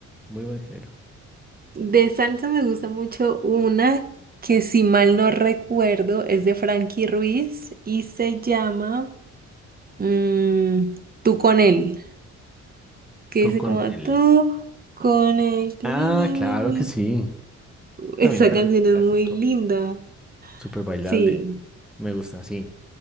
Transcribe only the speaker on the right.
De salsa me gusta mucho una que si mal no recuerdo es de Frankie Ruiz y se llama mm, Tú con él, que
dice
como
tú con él. ti,
ni, ni,
ni, ni".
Esa
canción
es muy linda.
Sí,